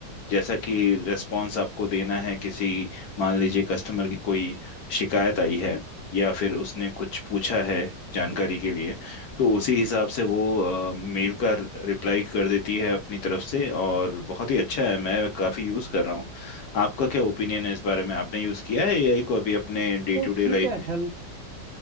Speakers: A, on the left; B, on the right.
A: जैसा कि रेस्पॉन्स आपको देना है किसी मान लीजिए कस्टमर की कोई शिकायत आई है या फिर उसने कुछ पूछा
B: हाँ,
A: है जानकारी के लिए तो उसी हिसाब से वो मेल का रिप्लाई कर देती है अपनी तरफ से और बहुत ही अच्छा है मैं काफ़ी यूज़ कर रहा हूँ आपका क्या ओपिनियन है इस बारे में आपने यूज़ किया है एआई को अभी अपने डे
B: तो
A: टू डे
B: ठीक
A: लाइफ
B: है
A: में
B: हेल्प